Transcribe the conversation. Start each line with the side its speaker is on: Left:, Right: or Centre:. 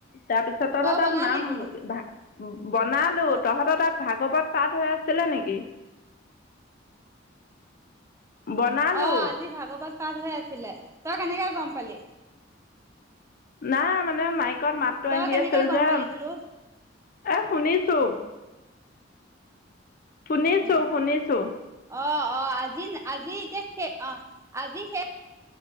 Left: তাৰপিছত
Right: তই
Left: তাত
Right: বনালি
Left: নাম
Right: বোলো
Left: ভ বনালোঁ
Right: অ
Left: তহঁতৰ তাত ভাগৱত, পাট হৈ আছিলে নেকি? বনালো
Right: অ' আজি ভাগৱত পাঠ হৈ আছিলে। তই কেনেকে গম পালি?
Left: না মানে মাইক ত মাতো
Right: তই
Left: আহি
Right: কেনেকে
Left: আছে
Right: গম
Left: যে
Right: পালি বোলো
Left: এ শুনিছো। শুনিছো
Right: উম,
Left: শুনিছো
Right: অ-অ আজি আজি এতিয়া অ' আজি শেষ